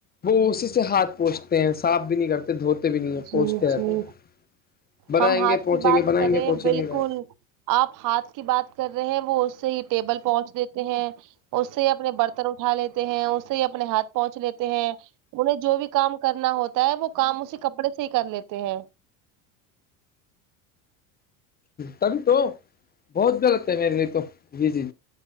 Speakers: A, on the left (about 25°); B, on the right (about 50°).
A: وہ اسی سے ہاتھ پوچتے ہیں صاف بھی نہیں کرتے دھوتے بھی نہیں ہیں
B: جی
A: پوچتے رہتے
B: جی
A: ہیں بنائیں
B: ہم ہاتھ
A: گے پہنچیں
B: کی بات
A: گے بنائیں
B: کریں
A: گے پہنچیں
B: بالکل
A: گے گ
B: آپ ہاتھ کی بات کر رہے ہیں وہ اس سے ہی ٹیبل پہنچ دیتے ہیں اس سے ہی اپنے برتن اٹھا لیتے ہیں اس سے اپنے ہاتھ پہنچ لیتے ہیں انہیں جو بھی کام کرنا ہوتا ہے وہ کام اسی کپڑے سے ہی کر لیتے ہیں
A: تبھی تو بہت غلط ہے میرے لیے تو جی جی